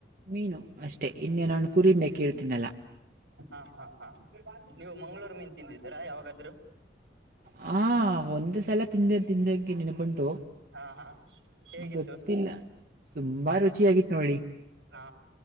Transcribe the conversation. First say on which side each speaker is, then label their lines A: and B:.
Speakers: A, on the right; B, on the right.
A: ಮೀನು ಅಷ್ಟೇ ಇನ್ನು ನಾನು ಕುರಿ ಮೇಕೆ ಯಲ್ಲಿ ತಿನ್ನಲಾ
B: ಹಾ ಹಾ ಹಾ ನೀವು ನೀನ್ ತಿಂದಿದ್ದರಾ ಯಾವಾಗಾದ್ೂ
A: ಹ ಒಂದ್ ಸಲ ತಿಂದ ತಿಂದಕ್ಕೆ ನೆನ್ಪಂಟು
B: ಹಾ ಹಾ ಹೇಗಿತ್ತು
A: ಗೊತ್ತಿಲ್ಲ ತುಂಬಾ ರುಚಿ ಆಗಿತ್ತು ನೋಡಿ
B: ಹಾ